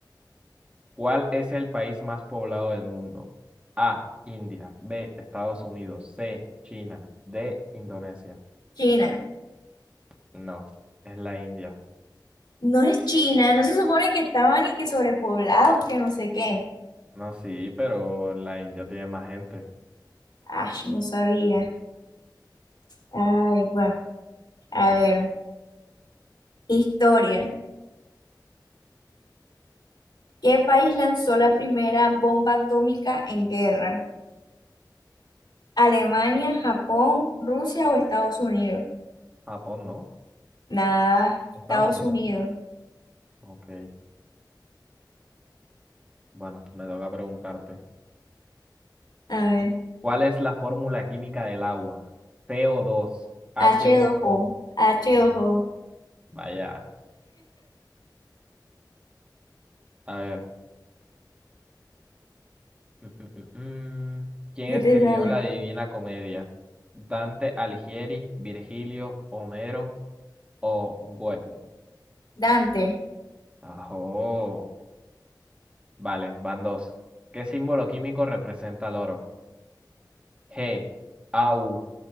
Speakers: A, on the right; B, on the left.
A: ¿Cuál es el país más poblado del mundo? A, India, B, Estados Unidos, C, China, D, Indonesia.
B: China.
A: No, es la India.
B: No es China, no se supone que estaban y que sobrepoblados, que no sé qué.
A: No, sí, pero la India tiene más gente.
B: ay no sabía. Ay, bueno, a ver. Historia. ¿Qué país lanzó la primera bomba atómica en guerra? ¿Alemania, Japón, Rusia o Estados Unidos?
A: Japón, ¿no?
B: Nada, Estados
A: Estados Unidos.
B: Unidos.
A: Ok, bueno, me toca preguntarte.
B: A ver.
A: ¿Cuál es la fórmula química del agua? co dos h
B: h
A: dos
B: dos o
A: o
B: h
A: Eh,
B: dos O.
A: vaya, a ver. Mm, mm, mm, mm. ¿Quién
B: ¿Qué
A: escribió
B: te sale?
A: la Divina Comedia? ¿Dante Alighieri, Virgilio, Homero o Goethe?
B: Dante,
A: Ajo. Vale, van dos. ¿Qué símbolo químico representa el oro? G, AU,